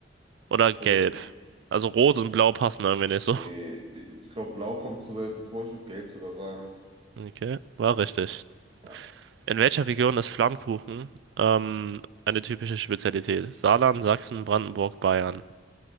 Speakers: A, on the right; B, on the right.
A: oder
B: Okay,
A: gelb. Also rot und blau passen irgendwie nicht so.
B: nee, ich glaube, Blau kommt zu selten vor. Ich würde Gelb sogar sagen.
A: Okay, war richtig.
B: Ja.
A: In welcher Region ist Flammkuchen ähm, eine typische Spezialität? Saarland, Sachsen, Brandenburg, Bayern.